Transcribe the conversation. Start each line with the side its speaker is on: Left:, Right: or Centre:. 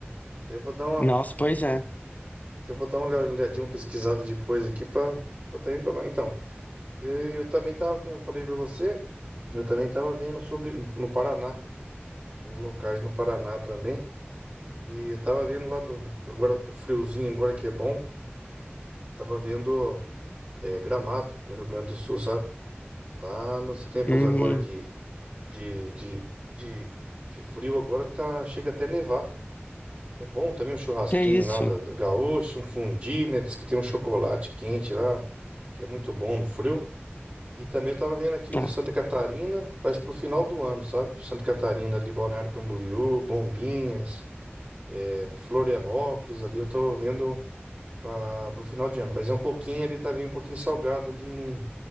Right: Então eu vou dar uma,
Left: Nossa, pois é.
Right: eu vou dar uma olha- olhadinha, uma pesquisada depois aqui pra, pra tá indo pra lá então. Eu, eu também tava, como eu falei pra você, eu também tava vendo sobre no Paraná, vendo locais no Paraná também. E eu tava vendo lá no, agora pro friozinho, agora que é bom, tava vendo é, Gramado, no Rio Grande do Sul, sabe? Lá nos tempos
Left: Uhum.
Right: agora de, de, de, de, de frio, agora tá, chega até nevar. É bom também um churrasquinho
Left: Que isso?
Right: lá da, da gaúcho, um fundi, né? Diz que tem um chocolate quente lá, que é muito bom no frio. E também eu tava vendo aqui
Left: Ah,
Right: Santa Catarina, mas pro final do ano, sabe? Santa Catarina, ali, Balneário Camboriú, Bombinhas, é, Florianópolis, ali eu tô vendo para pro final de ano. Mas é um pouquinho ali também, um pouquinho salgado ali em,